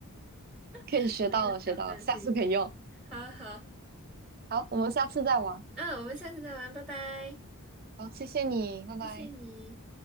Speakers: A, on the right; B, in the centre.
A: 可以学到了，
B: <laughs> 很有挑战性。
A: 学到了，下次可以用。
B: 好好，
A: 好，我们下次再玩。
B: 嗯，我们下次再玩，拜拜，
A: 好，谢谢你，拜拜。
B: 谢谢你。